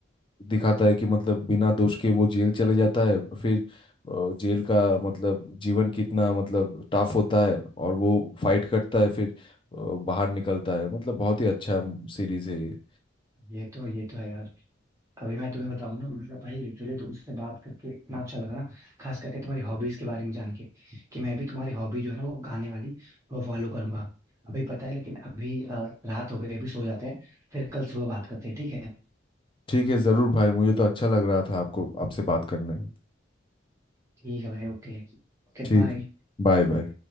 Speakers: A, on the left; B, on the right.
A: दिखाता है कि मतलब बिना दोष के वो जेल चले जाता है फिर अ, जेल का मतलब जीवन कितना मतलब टफ होता है और वो फाइट करता है फिर अ, बाहर निकलता है मतलब बहुत ही अच्छा सीरीज है ये
B: ये तो ये तो है यार अभी मैं तुम्हें बताऊं ना मतलब भाई लिटरली तुमसे बात करके इतना अच्छा लगा ना खास करके तुम्हारी हॉबीज के बारे में जान के कि मैं भी तुम्हारी हॉबी जो है ना वो गाने वाली वो फॉलो करूंगा अभी पता है लेकिन अभी अ, रात हो गई अभी सो जाते हैं फिर कल सुबह बात करते हैं ठीक है
A: ठीक है ज़रूर भाई मुझे तो अच्छा लग रहा था आपको आपसे बात करने में
B: ठीक है भाई ओके Okay
A: ठीक
B: bye
A: है बाय बाय